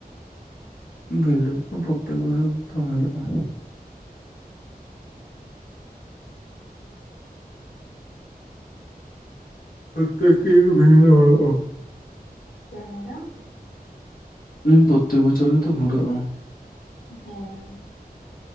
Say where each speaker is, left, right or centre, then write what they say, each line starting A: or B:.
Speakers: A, on the left (about 60°); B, on the left (about 85°).
A: ᱵᱷᱤᱲ ᱫᱚ ᱯᱨᱚᱛᱛᱮᱠ ᱵᱚᱪᱷᱚᱨ ᱜᱮᱛᱚ ᱦᱳᱭᱳᱜ-ᱟ᱾ <unintelligible>
B: ᱪᱮᱜᱮᱢ ᱞᱟᱹᱭᱫᱟ?
A: ᱞᱟᱹᱭ ᱫᱟᱹᱧ ᱯᱨᱚᱛᱛᱮᱠ ᱵᱚᱪᱷᱚᱨ ᱜᱮᱛᱚ ᱵᱷᱩᱲᱟᱹᱜ-ᱟ ᱾
B: ᱦᱮᱸ,